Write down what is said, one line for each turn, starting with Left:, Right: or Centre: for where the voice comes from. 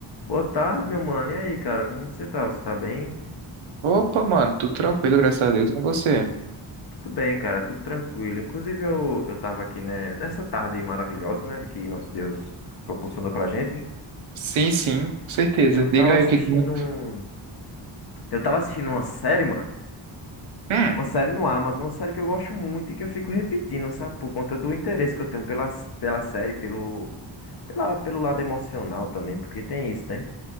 Left: Boa tarde, meu mano. E aí, cara, como você tá? Você tá bem?
Right: Opa, mano, tudo tranquilo, graças a Deus, com você.
Left: Tudo bem, cara, tudo tranquilo. Inclusive, eu, eu tava aqui, né, nessa tarde maravilhosa, né, que nosso Deus proporcionou pra gente.
Right: Sim, sim, com certeza.
Left: Eu tava
Right: Diga aí
Left: assistindo
Right: o que que manda.
Left: um... Eu tava assistindo uma série, mano.
Right: Hum,
Left: Uma série no Amazon, uma série que eu gosto muito e que eu fico repetindo, sabe? Por conta do interesse que eu tenho pela, pela série, pelo, pela, pelo lado emocional também, porque tem isso, né?